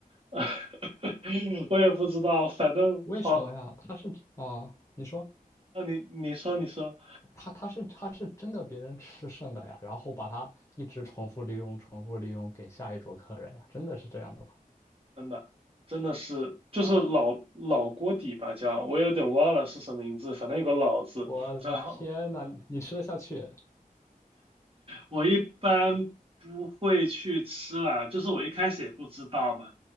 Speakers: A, on the right (about 40°); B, on the left (about 20°).
A: <laughs> 我也不知道，反正好，
B: 为什么呀？它是啊，你说
A: 啊，你你说你说。
B: 它它是它是真的别人吃剩的呀，然后把它一直重复利用、重复利用给下一桌客人呀，真的是这样的吗？
A: 真的，真的是就是老老锅底吧，叫我有点忘了是什么名字，反正有个老字，
B: 我的天呐，
A: 然后
B: 你吃得下去？
A: 我一般不会去吃啦，就是我一开始也不知道嘛，